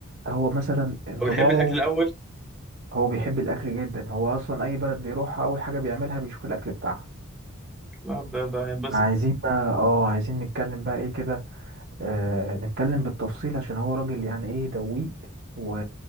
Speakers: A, on the right; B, in the centre.
A: هو مثلا انطباعه
B: هو بيحب الاكل الاول
A: هو بيحب الاكل جدا هو اصلا اي بلد بيروحها اول حاجه بيعملها بيشوف الاكل بتاعها
B: لا ده ده هينبسط
A: عايزين بقى اه عايزين نتكلم بقى ايه كده آه نتكلم بالتفصيل عشان هو راجل يعني ايه دويق و...